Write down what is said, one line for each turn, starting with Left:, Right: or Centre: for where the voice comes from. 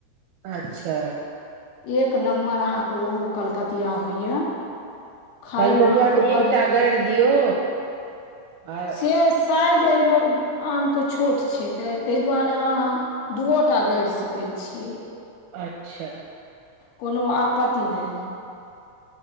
Right: अच्छा।
Left: एक नम्बर अहाँके ओहो कलकतिया होइए। खायमे
Right: कलकतिया
Left: अहाँके
Right: तऽ
Left: बड,
Right: एकटा गाड़ि दियौ आ
Left: शेष साइज एहिबेर आम के छोट छै, ताहि दुआारे अहां दुओटा गाड़ि सकै छी छियै।
Right: अच्छा।
Left: कोनो आपत्ति नहि।